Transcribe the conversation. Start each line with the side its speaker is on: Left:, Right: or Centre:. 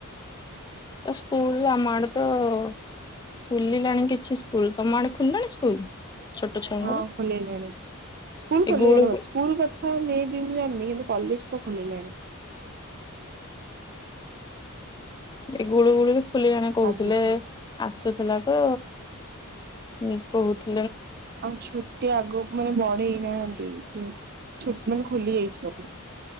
Left: ସ୍କୁଲ ଆମ ଆଡେ ତ ଖୋଲିଲାଣି କିଛି ସ୍କୁଲ ତମ ଆଡେ ଖୋଲିଲାଣି ସ୍କୁଲ? ଛୋଟ ଛୁଆଙ୍କର
Right: ହଁ ଖୋଲିଲାଣି ସ୍କୁଲ ଖୋଲିଲାଣି
Left: ଏ ଗୁଳୁ
Right: ସ୍କୁଲ କଥା ମେଁ ବି ମୁଁ ଜାଣିନି। କଲେଜ ତ ଖୋଲିଲାଣି।
Left: ଏ ଗୁଳୁ ଗୁଳୁ ରୁ ଖୋଲିଲାଣି କହୁଥିଲେ
Right: ଆଜିଠୁ।
Left: ଆସୁଥିଲା ତ ତ ଅ <unintelligible>
Right: ଆଉ ଛୁଟି ଆଗକୁ ମାନେ ବଢ଼େଇ ନାହାନ୍ତି ଛୁ ମାନେ ଖୋଲି ଯାଇଚି ବୋଧେ